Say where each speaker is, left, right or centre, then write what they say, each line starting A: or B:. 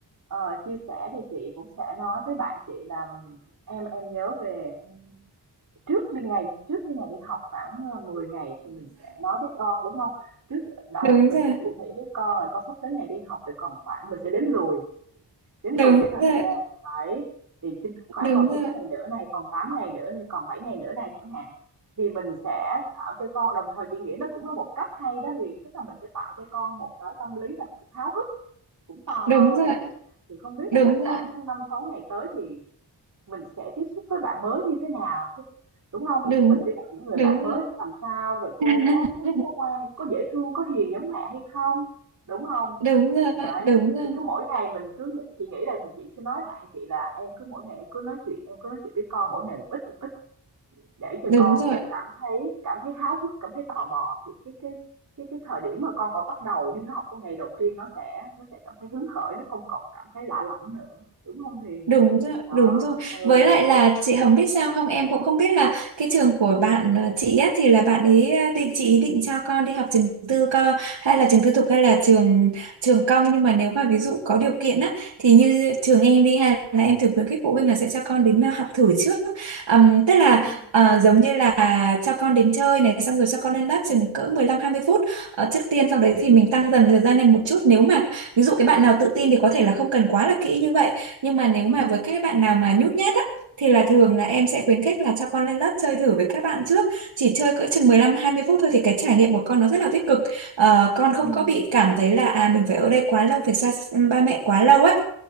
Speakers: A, on the right; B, on the right.
A: ờ, chia sẻ thì chị cũng sẽ nói với bạn chị là em em nhớ về em- trước đi ngày trước khi ngày đi học khoảng ờ, 10 ngày thì mình sẽ nói với con đúng không? Trước đấy
B: đúng
A: thì mình
B: rồi
A: sẽ thủ thỉ với con là con sắp đến ngày đi học rồi còn khoảng mình sẽ đếm lùi đếm
B: đúng
A: lùi cái thời
B: rồi
A: gian, đấy, thì chính khoảng
B: đúng
A: còn
B: rồi
A: 9 ngày nữa này, còn 8 ngày nữa này, còn 7 ngày nữa này chẳng hạn, thì mình sẽ tạo cho con đồng thời chị nghĩ nó cũng là một cách hay đó Huyền, tức là mình sẽ tạo cho con một cái tâm lý là cũng háo hức, cũng tò
B: đúng
A: mò,
B: rồi đúng
A: đúng
B: rồi
A: không Thì không biết
B: đúng
A: là chắc khoảng
B: rồi
A: năm sáu ngày tới thì mình sẽ tiếp xúc với bạn mới như thế nào, cái đúng không?
B: đúng
A: Mình sẽ gặp những người
B: đúng
A: bạn
B: rồi
A: mới làm sao, rồi cô
B: <laughs>
A: có có có ngoan, có dễ thương, có hiền giống mẹ hay không, đúng không?
B: đúng rồi
A: Thì đấy,
B: đúng rồi
A: thì cứ mỗi ngày mình cứ nghĩ chị nghĩ là chị sẽ nói bạn chị là em cứ mỗi ngày em cứ nói chuyện em cứ nói chuyện với con mỗi ngày một ít, một ít để cho
B: đúng
A: con
B: rồi
A: nó cảm thấy cảm thấy háo hức, cảm thấy tò mò thì cái cái cái cái thời điểm mà con mà bắt đầu đi học cái ngày đầu tiên nó sẽ nó sẽ cảm thấy hứng khởi, nó không còn cảm thấy lạ lẫm nữa, đúng không hiền?
B: Đúng rồi,
A: Đó,
B: đúng rồi.
A: ừ.
B: Với lại là chị Hồng biết sao không, em cũng không biết là cái trường của bạn ờ, chị á thì là bạn ấy ờ, định chị ý định cho con đi học trường tư co hay là trường tư thục hay là trường trường công nhưng mà nếu mà ví dụ có điều kiện á thì như trường em đi hay là em thử khuyến khích phụ huynh là sẽ cho con đến ờ, học thử trước. Ừm, tức là
A: ừ
B: ờ, giống như là cho con đến chơi này xong rồi cho con lên lớp chừng cỡ mười lăm hai mươi phút ờ, trước tiên sau đấy thì mình tăng dần thời gian lên một chút nếu mà ví dụ cái bạn nào tự tin thì có thể là không cần quá là kỹ như vậy nhưng mà nếu
A: ừ
B: mà với các bạn nào mà nhút nhát á thì là thường là em sẽ khuyến khích là cho con lên lớp chơi thử với các bạn trước chỉ chơi cỡ chừng 15 20 phút thôi thì cái trải nghiệm của con nó rất là tích cực Ờ, con
A: ừ
B: không có bị cảm thấy là à mình phải ở đây quá lâu phải xa ba mẹ quá lâu á